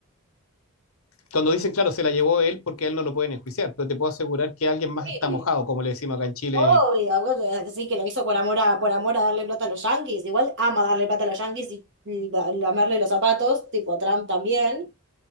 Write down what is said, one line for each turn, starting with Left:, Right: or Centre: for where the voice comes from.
Left: Cuando dicen, claro, se la llevó él porque a él no lo pueden enjuiciar, pero te puedo asegurar que alguien más
Right: Sí,
Left: está mojado, como le decimos acá en Chile.
Right: obvio, bueno, sí, que lo hizo por amor a, por amor a darle plata a los yanquis. Igual ama darle plata a los yanquis y, y la- lamerle los zapatos, tipo a Trump también,